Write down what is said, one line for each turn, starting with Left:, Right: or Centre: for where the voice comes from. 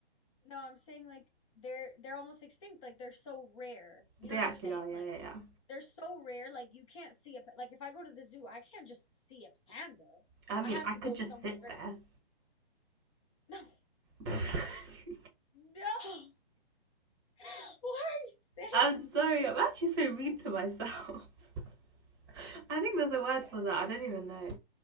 Left: No, I'm saying like they're they're almost extinct. Like they're so rare. You
Right: They
Left: know what
Right: actually
Left: I'm saying?
Right: are, yeah,
Left: Like
Right: yeah, yeah.
Left: they're so rare like you can't see a pa- like if I go to the zoo, I can't just see a panda.
Right: I mean,
Left: I have
Right: I
Left: to
Right: could
Left: go
Right: just
Left: somewhere
Right: sit
Left: very
Right: there.
Left: s- <laughs> No.
Right: <laughs>
Left: No. <laughs> Why are you saying
Right: I'm
Left: these
Right: sorry,
Left: things?
Right: I'm actually so mean to myself. <laughs> I think there's a word for that, I don't even know.